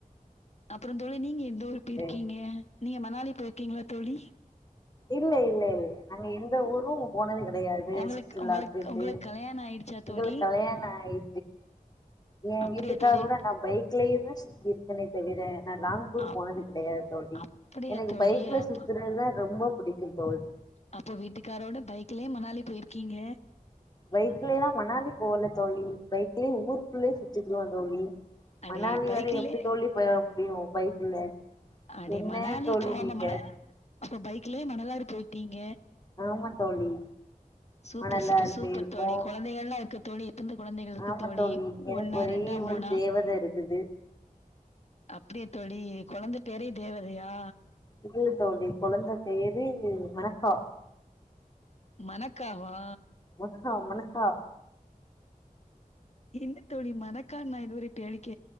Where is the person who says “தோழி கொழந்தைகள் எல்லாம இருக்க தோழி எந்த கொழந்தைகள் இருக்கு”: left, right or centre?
Left